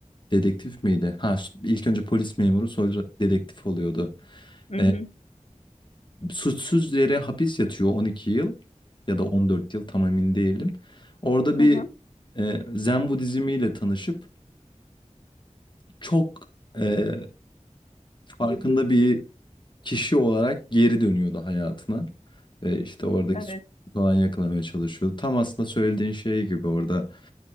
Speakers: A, on the left; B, on the left.
A: dedektif miydi? Ha, s- ilk önce polis memuru sonra dedektif oluyordu.
B: Hı hı.
A: E, suçsuz yere hapis yatıyor 12 yıl ya da 14 yıl tam emin değilim. Orada
B: Hı
A: bir
B: hı.
A: e, Zen Budizmi ile tanışıp çok e, farkında bir kişi olarak geri dönüyordu hayatına. Ve işte oradaki
B: Evet.
A: suçu falan yakalamaya çalışıyordu. Tam aslında söylediğin şey gibi orada